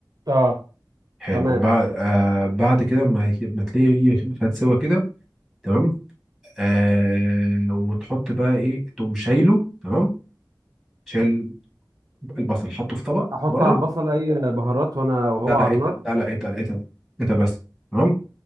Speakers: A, on the right; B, in the centre.
A: اه
B: حلو
A: تمام
B: بعد آه بعد كده ما ما تلاقيه خد سوا كده تمام آه وتحط بقى ايه تقوم شايله تمام شايل البصل حطه في طبق
A: احط
B: بره
A: على البصل اي بهارات وانا وهو
B: لا
A: على
B: لا اتقل
A: النار
B: لا لا اتقل اتقل اتقل بس تمام